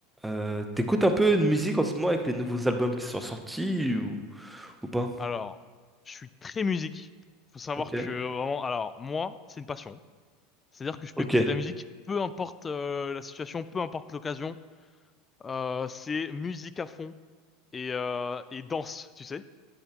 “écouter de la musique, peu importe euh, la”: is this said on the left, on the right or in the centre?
Left